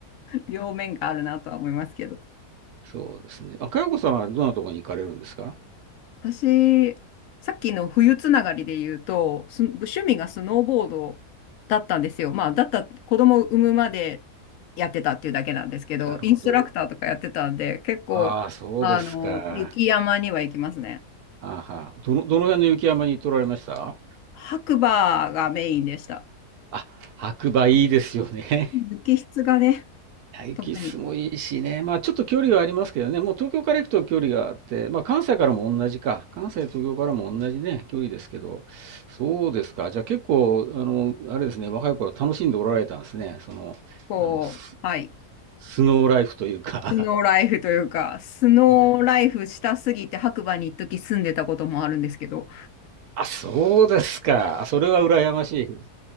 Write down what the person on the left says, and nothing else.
両面があるなとは思いますけど。
私、さっきの冬つながりで言うと、す趣味がスノーボードだったんですよ。まあ、だった、子供を産むまでやってたっていうだけなんですけど、
インストラクターとかやってたんで、結構、
あの、
雪山には行きますね。
白馬がメインでした。
雪質がね、
特に、
こう、
はい、
スノーライフというか、スノーライフしたすぎて白馬に一時住んでたこともあるんですけど、